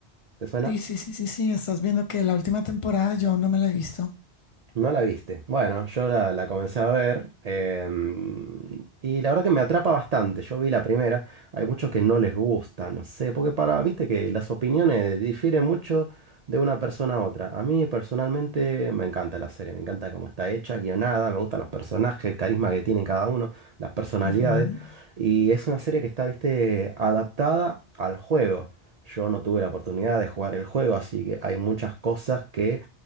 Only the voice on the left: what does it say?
Sí, sí, sí, sí, sí, estás viendo que la última temporada yo aún no me la he visto.
Ujú.